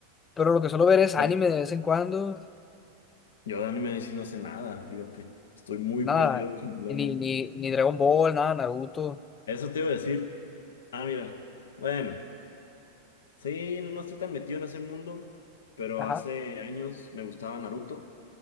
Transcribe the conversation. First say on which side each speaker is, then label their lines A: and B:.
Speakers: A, on the left; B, on the left.
A: pero lo que suelo ver es anime
B: As-
A: de vez en cuando,
B: Yo de anime sí no sé nada, fíjate. Estoy muy
A: nada,
B: perdido con el
A: ni,
B: anime.
A: ni, ni Dragon Ball, nada, Naruto,
B: Eso te iba a decir. Ah, mira. Bueno. Sí, no no estoy tan metido en ese mundo, pero
A: ajá,
B: hace años me gustaba Naruto.